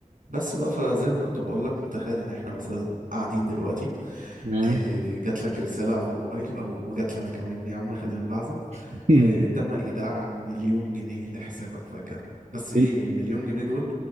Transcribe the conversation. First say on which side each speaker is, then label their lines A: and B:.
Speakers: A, on the right (about 75°); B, on the right (about 55°).
A: بس بقى فزي ما كنت بقول لك تخيل ان احنا مثلا قاعدين دلوقتي
B: تمام
A: آه، جات لك رسالة على الموبايل او وجات لنا كمان يا عم خلينا نبعزق
B: <laughs>
A: آه، تم ايداع مليون جنيه لحسابك فجأة بس ايه
B: مل-
A: المليون جنيه دول